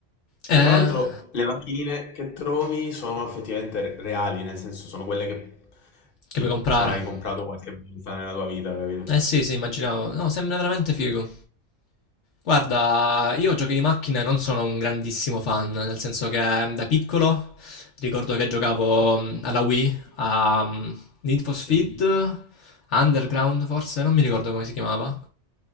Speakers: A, on the left; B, on the left.
A: E
B: Eh,
A: tra l'altro le macchinine che trovi sono effettivamente re- reali, nel senso sono quelle che
B: che
A: ti
B: puoi comprare?
A: sarai comprato qualche volta nella tua vita, capito?
B: Eh sì, sì, immaginavo. No, sembra veramente figo. Guarda, io giochi di macchine non sono un grandissimo fan, nel senso che da piccolo ricordo che giocavo mm, alla Wii a Need for Speed,
A: Mm.
B: Underground forse, non mi ricordo come si chiamava.